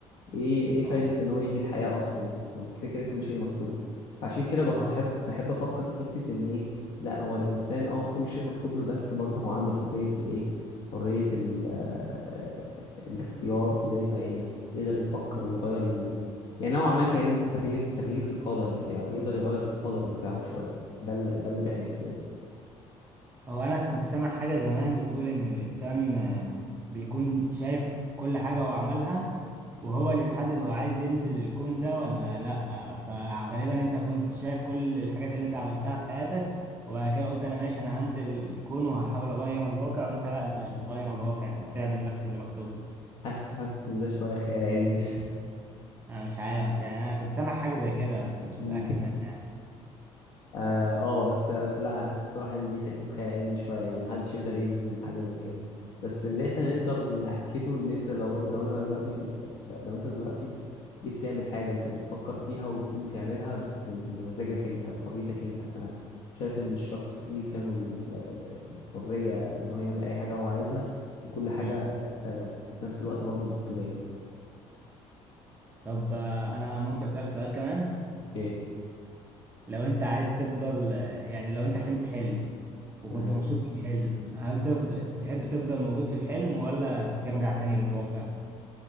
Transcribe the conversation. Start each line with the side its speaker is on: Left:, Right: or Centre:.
Left: ايه ايه فايده
Right: اه
Left: ان هو يجي الحياه اصلا ما ما كده كده كل شيء مكتوب له عشان كده بف-
Right: هو
Left: بحب بحب افكر في حته ان ايه لا هو الانسان اه كل شيء مكتوب له بس برضه هو عنده حريه الايه حريه ال آه، آه، الاختيار اللي- يعني يقدر يفكر ويغير من يعني نوعا ما كانه تغيير تغيير القدر بتاعه يقدر يغير القدر بتاعه شويه ده اللي ده اللي بحسه يعني
Right: هو انا كنت سامع حاجة زمان بتقول ان الانسان آه، بيكون شايف كل حاجة هو عملها وهو اللي بيحدد هو عايز ينزل الكون ده ولا لا فغالبا انت كنت شايف كل الحاجات اللي انت عملتها في حياتك وبعد كده قلت انا ماشي انا هنزل الكون وهحاول اغير الواقع وانت لا انت مش بتغير الواقع انت بتعمل نفس اللي مكتوب لك.
Left: حاسس حاسس ان ده شويه خيال علمي
Right: انا مش عارف يعني انا كنت سامع حاجه زي كده بس مش
Left: <laughs>
Right: متاكد منها
Left: اه آه، بس آه، بس لا انا حاسس الصراحه ان دي حته خيال علمي شويه يعني محدش يقدر يجزم حاجه زي كده بس اللي احنا نقدر ناكده ان انت لو لو انا دلوقتي لو انت دلوقتي جيت تعمل حاجه انت بتفكر فيها وتقوم تعملها بم- بمزاجك انت بطبيعتك انت فانا شايف ان الشخص ليه كامل ال- الحريه ان هو يعمل اي حاجه هو عايزها وكل حاجه
Right: امم
Left: آه، في نفس الوقت برضه مكتوبه يعني
Right: طب آه، انا ممكن اسالك سؤال كمان
Left: اوكي
Right: لو انت عايز تفضل آه، يعني لو انت حلمت حلم وكنت
Left: تمام
Right: مبسوط في الحلم هل تفضل تحب تفضل موجود في الحلم ولا ترجع تاني للواقع